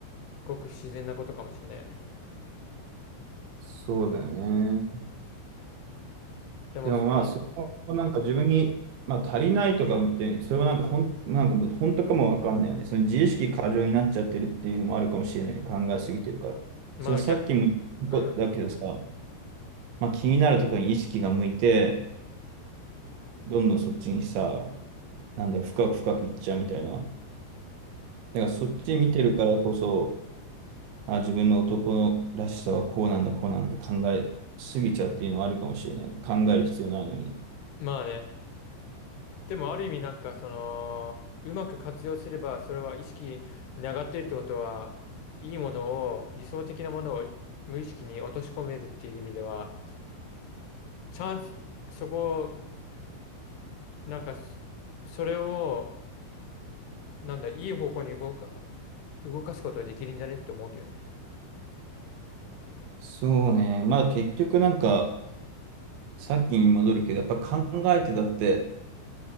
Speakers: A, on the left; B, on the right.
A: ごく不自然なことかもしれないよね。
B: そうだよね。
A: でも、
B: でもまあ、
A: そういう、
B: そこもなんか自分に、まあ、足りないとか思って、それはなんかほん、なんかもう本当かもわかんないよね。その自意識過剰になっちゃってるっていうのもあるかもしれないね。考えすぎてるから。
A: まあ逆、
B: そのさっきも言
A: うん。
B: っただけどさ、まあ、気になるところに意識が向いて、どんどんそっちにさ、なんだろう、深く深くいっちゃうみたいな。だからそっち見てるからこそ、あ、自分の男のらしさはこうなんだ、こうなんだって考えすぎちゃうっていうのはあるかもしれないね。考える必要ないのに。
A: まあね。でも、ある意味なんか、その、うまく活用すれば、それは意識に上がってるってことは、いいものを、理想的なものを無意識に落とし込めるっていう意味では、チャンス、そこ、なんかそ、それを、なんだ、いい方向に動か、動かすことはできるんじゃねって思うけどね。
B: そうね。まあ結局なんか、さっきに戻るけど、やっぱ考えてたって、